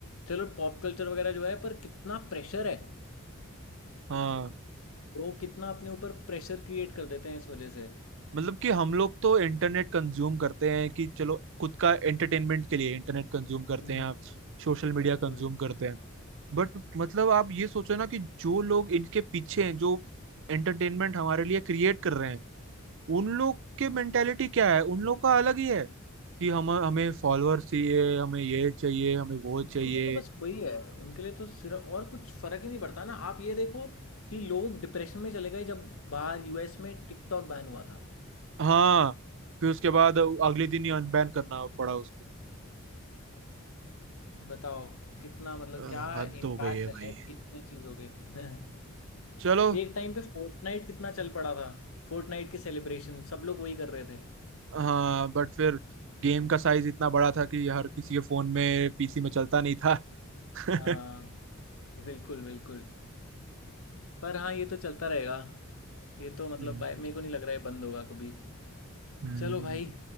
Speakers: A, on the left (about 75°); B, on the right (about 65°).
A: चलो पॉप कल्चर वगैरह जो है पर कितना प्रेशर है
B: हाँ
A: लोग कितना अपने ऊपर प्रेशर क्रिएट कर देते हैं इस वजह से
B: मतलब कि हम लोग तो इंटरनेट कंज्यूम करते हैं कि चलो खुद का एंटरटेनमेंट के लिए इंटरनेट कंज्यूम करते
A: हम्म
B: हैं आप सोशल मीडिया
A: बिल्कुल
B: कंज्यूम करते हैं बट मतलब आप ये सोचो ना कि जो लोग इनके पीछे हैं जो एंटरटेनमेंट हमारे लिए क्रिएट कर रहे हैं उन लोग के मेंटेलिटी क्या है उन लोग का अलग ही है कि हम हमें फॉलोअर्स चाहिए हमें ये चाहिए हमें वो चाहिए
A: उनके लिए तो बस वही है उनके लिए तो सिर्फ और कुछ फर्क ही नहीं पड़ता ना आप ये देखो कि लोग डिप्रेशन में चले गए जब बाहर यूएस में टिकटॉक बैन हुआ था
B: हाँ फिर उसके बाद अगले दिन ही अनबैन करना पड़ा उसको
A: बताओ कितना मतलब
B: अ,
A: क्या
B: हद
A: इम्पैक्ट
B: हो गई है भाई
A: है कि इतनी चीज़ों के <laughs>
B: चलो
A: एक टाइम पे फोर्टनाइट कितना चल पड़ा था फोर्टनाइट के सेलिब्रेशन सब लोग वही कर रहे थे
B: हाँ बट फिर गेम का साइज इतना बड़ा था कि हर किसी के फोन में पीसी में चलता नहीं था <laughs> हम्म
A: हाँ बिल्कुल बिल्कुल पर हाँ ये तो चलता रहेगा ये तो मतलब
B: हम्म
A: भाई मेरे को नहीं लग रहा है बंद होगा कभी
B: हम्म।
A: चलो भाई